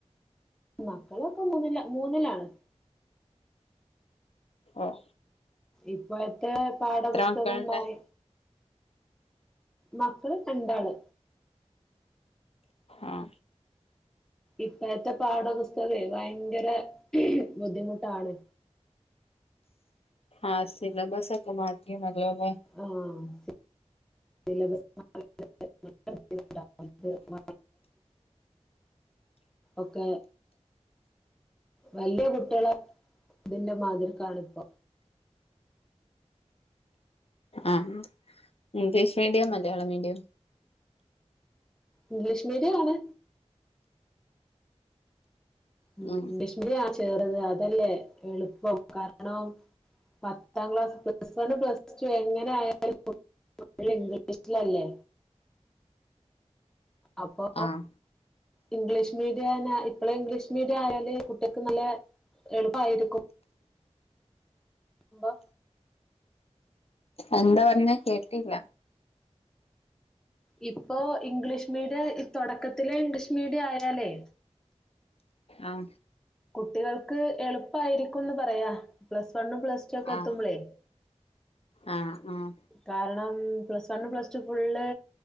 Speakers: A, in the centre; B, on the left.
A: മക്കളൊക്കെ മൂന്നല്ല മൂന്നല്ലാണ്
B: ഒഹ്
A: ഇപ്പോഴത്തെ പാഠപുസ്തകം
B: മക്കളുണ്ട്
A: ഉണ്ടായി മക്കള് കണ്ടാള്
B: ആഹ
A: ഇപ്പോഴത്തെ പാഠപുസ്തകം ഭയങ്കര ബുദ്ധിമുട്ടാണ്
B: ആസല്ല ബസക്കമാറ്റ മല്ലല്ല
A: ആഹ സ <unintelligible>
B: <inaudible>
A: ഓക്ക വലിയ കുട്ടികളെ ഇതിന്റെ മാതിരി കാണ ഇപ്പോ
B: ആം English medium Malayalam medium
A: English medium ആണ് ഉ
B: ഉം
A: ലക്ഷ്മിയാ ചേറത് അതല്ലേ എളുപ്പം കാരണം പത്താം class plus one plus two എങ്ങനെ ആയാലും ഇംഗ്ലീഷിലല്ലേ അപ്പോ
B: ആഹ്
A: ഇംഗ്ലീഷ് മീഡിയ ഇപ്പളെ ഇംഗ്ലീഷ് മീഡിയം ആയാല് കുട്ടികക്ക് നല്ല എളുപ്പയിരിക്കും എമ്മ
B: എന്താ പറഞ്ഞാ കേട്ടില്ല
A: ഇപ്പോ ഇംഗ്ലീഷ് മീഡിയ ഈ തുടക്കത്തിലെ ഇംഗ്ലീഷ് മീഡിയ ആയാലേ
B: ആഹ
A: കുട്ടികൾക്ക് എളുപ്പായിരിക്കുംന്ന് പറയാ പ്ലസ് വണ്ണും പ്ലസ് ടു ഒക്കെ
B: ആഹ
A: എത്തുമ്പളേ
B: ആഹ ആഹ.
A: കാരണം plus one plus two full